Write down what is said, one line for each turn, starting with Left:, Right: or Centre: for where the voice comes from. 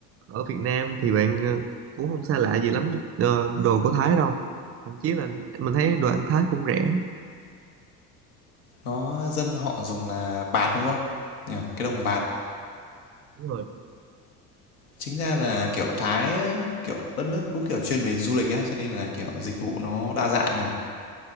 Right: ở Việt Nam thì bạn ờ, cũng không xa lạ gì lắm ờ, đồ của Thái đâu thậm chí là mình thấy đồ ăn Thái cũng rẻ
Left: Nó dân họ dùng là bạt đúng không? Nhỉ, cái đồng bạt
Right: đúng rồi
Left: Chính ra là, kiểu, Thái, kiểu, đất nước đúng, kiểu, chuyên về du lịch á, cho nên là, kiểu, dịch vụ nó đa dạng nhỉ.